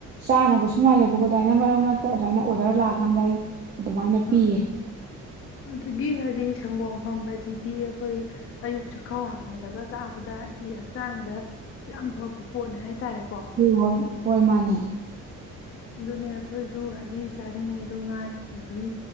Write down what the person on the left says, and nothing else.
ꯑ ꯑꯗꯨꯗꯒꯤ ꯍꯥꯏꯗꯤ ꯁꯪꯒꯣꯝ ꯑꯐꯝꯕ ꯑꯁꯤꯗꯤ ꯑꯩꯈꯣꯏ ꯑꯌꯨꯛ ꯆꯈꯥꯎ ꯍꯥꯡꯕꯗꯒ ꯆꯥꯕꯗ ꯍꯥꯏꯗꯤ ꯍꯛꯆꯥꯡꯗ ꯌꯥꯝ ꯐꯕ ꯄꯣꯠꯅꯦ ꯍꯥꯏꯇꯥꯔꯦ <unintelligible>
ꯑꯗꯨꯅꯦ ꯑꯩꯈꯣꯏꯁꯨ ꯍꯥꯏꯗꯤ ꯆꯥꯅꯤꯡꯉꯦ ꯗꯨꯉꯥꯏ ꯑꯗꯨꯝ